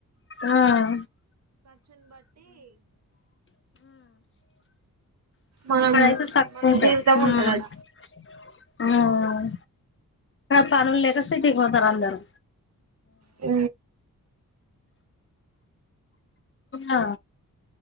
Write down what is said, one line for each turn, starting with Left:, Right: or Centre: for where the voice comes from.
Left: ఆ ఆ <inaudible>
Right: మనం మన జీవితం ఉంటదడ
Left: ఆ పనులు లేక సిటీకి పోతారు అందరూ
Right: అ
Left: ఆ